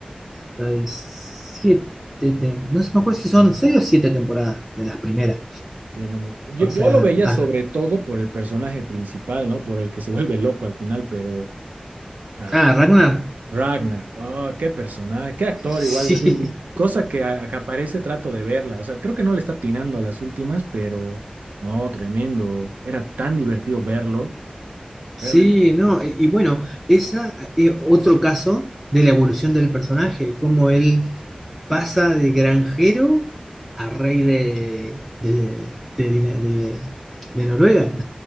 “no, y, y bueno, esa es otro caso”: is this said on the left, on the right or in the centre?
Centre